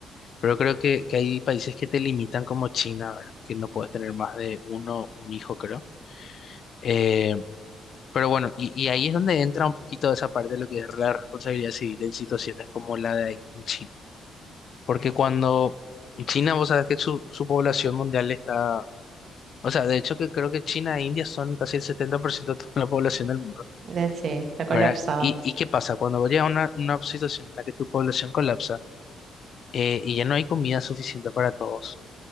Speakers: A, on the left (about 55°); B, on the right (about 55°).
A: pero creo que, que hay países que te limitan como China, ¿verdad? Que no puedes tener más de uno, un hijo, creo. Eh, pero bueno, y, y ahí es donde entra un poquito esa parte de lo que es la responsabilidad civil en situaciones como la de ahí en China. Porque cuando China, vos sabés que su, su población mundial está O sea, de hecho que creo que China e India son casi el 70% de toda la población del mundo,
B: De- Sí, está colapsado.
A: ¿verdad? ¿Y, y qué pasa? Cuando vos llegas a una, una situación en la que tu población colapsa eh, y ya no hay comida suficiente para todos,